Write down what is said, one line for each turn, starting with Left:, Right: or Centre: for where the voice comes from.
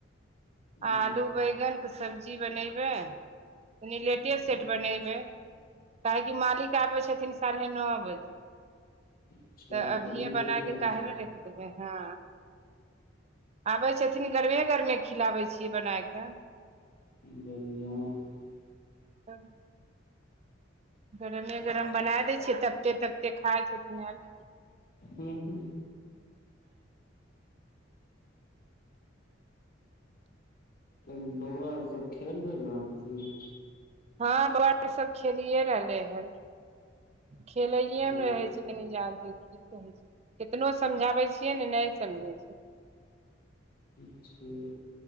Left: हम्म,
Right: आलू बैगन के सब्जी बनैबै। कनि लेटे
Left: अच्छा
Right: सेट बनैबै काहेकि मालिक आबै छथिन साढ़े नओ बजे
Left: अच्छा
Right: तऽ अभीये
Left: बड़ी लेट
Right: बनाके
Left: आबै
Right: काहे
Left: छै
Right: ल रखबै हँ आबै छथिन गरमे गरमे खिलाबै छियै बनाय के।
Left: ल <unintelligible>
Right: तब। गरमे गरम बनाय दै छियै तपते - तपते खाइ छथिन येएल।
Left: हूं हूं। तब बौआ आर सब खेल रहलो हन की?
Right: हँ बउवा आर सब खेलिये रहलै हन खेलइये
Left: हूँ
Right: मे रहै छै। नी जा दियौ की कहै छै केतनो समझाबै छियै ने नहि समझै छै।
Left: अच्छा।